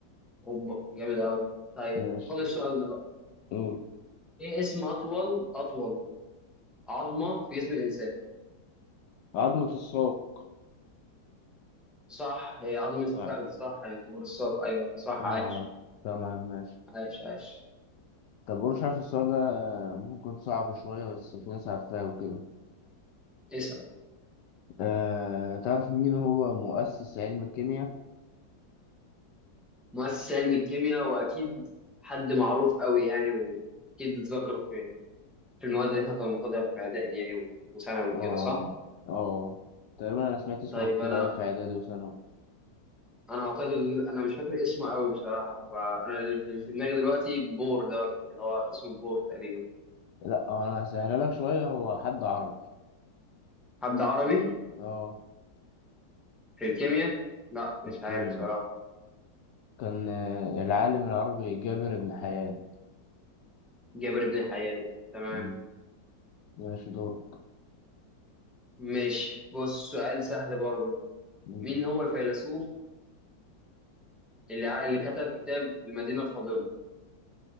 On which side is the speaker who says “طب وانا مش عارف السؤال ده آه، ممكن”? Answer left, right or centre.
Left